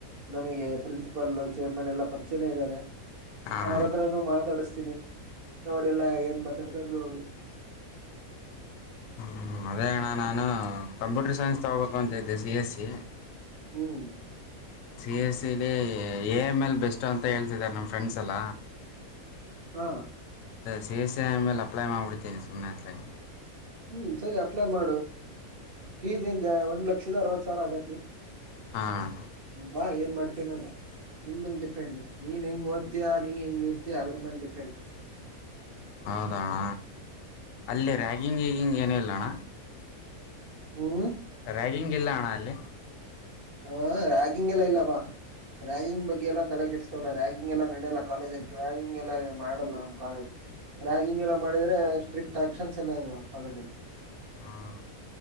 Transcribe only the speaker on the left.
ಹಾಂ
ಹ್ಮ ಅದೆ ಅಣ್ಣ ನಾನು ಕಂಪ್ಯೂಟರ್ ಸೈನ್ಸ್ ತಗೋಬೇಕು ಅಂತಿದ್ದೆ ಸಿಎಸಿ
ಸಿ ಎಸಿಲಿ ಎಐ ಎಂಎಲ್ ಬೆಸ್ಟ್ ಅಂತ ಹೇಳ್ತಿದ್ದಾರೆ ನಮ್ ಫ್ರೆಂಡ್ಸ್ ಎಲ್ಲ
ಸಿಎಸ್ಇ <unintelligible> ಅಪ್ಲೈ ಮಾಡ್ಬಿಡ್ತೀನಿ ಸುಮ್ನೆ ಅಥ್ಲಗಿ
ಹಾಂ
ಹೌದಣ್ಣ ಅಲ್ಲಿ ರ್ಯಾಗಿಂಗ್ ಈೀಗಿಂಗ್ ಏನ ಇಲ್ಲ ಅಣ್ಣ
ರ್ಯಾಗಿಂಗ್ ಇಲ್ಲ ಅಣ್ಣ ಅಲ್ಲಿ
ಹಾಂ